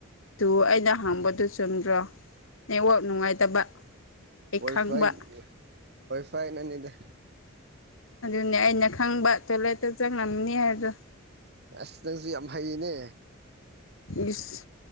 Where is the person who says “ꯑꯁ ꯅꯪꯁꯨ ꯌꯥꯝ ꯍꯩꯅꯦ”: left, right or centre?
Right